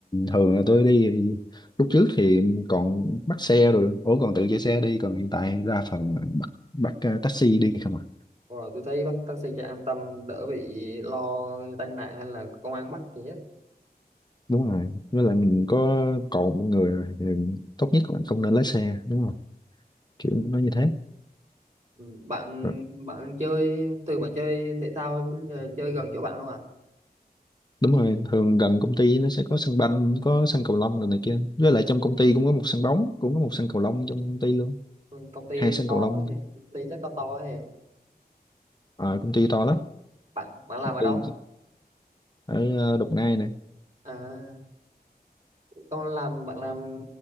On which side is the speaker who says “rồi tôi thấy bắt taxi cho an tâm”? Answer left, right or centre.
Right